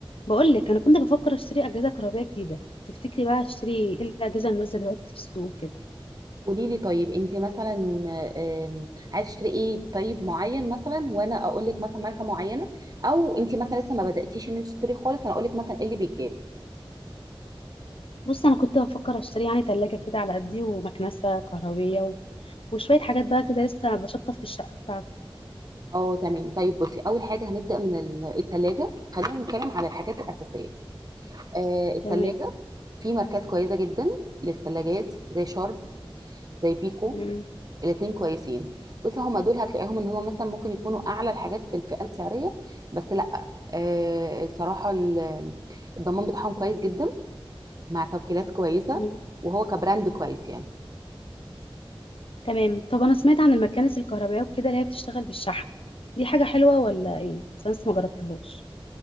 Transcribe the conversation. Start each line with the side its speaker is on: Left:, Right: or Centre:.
Left: بقول لك انا كنت بفكر اشتري اجهزه كهربائيه جديده تفتكري بقى اشتري ايه الاجهزه اللي نازله دلوقتي في السوق كده
Right: قولي لي طيب انت مثلا آم، عايز تشتري ايه طيب معين مثلا وانا اقول لك مثلا ماركه معينه او انت مثلا لسه ما بداتيش ان انت تشتري خالص انا اقول لك مثلا ايه اللي بيتجاب
Left: بص انا كنت بفكر اشتري يعني ثلاجه كده على قدي ومكنسه كهربيه و... وشويه حاجات بقى كده لسه بشطف في الشقه بتاعتي
Right: اه تمام طيب بصي اول حاجه هنبدا من ال- التلاجة خلينا نتكلم على الحاجات الاساسيه آه التلاجة
Left: تمام
Right: في ماركات كويسه جدا للتلاجات زي شارب زي بيكو
Left: مم.
Right: الاتنين كويسين بص هما دول هتلاقيهم ان هما مثلا ممكن يكونوا اعلى الحاجات في الفئه السعريه بس لا آه الصراحه ال- الضمان بتاعهم كويس جدا مع توكيلات كويسه
Left: مم.
Right: وهو كبراند كويس يعني
Left: تمام طب انا سمعت عن المكانس الكهربائيه وكده اللي هي بتشتغل بالشحن دي حاجه حلوه ولا ايه بس انا لسه ما جربتهاش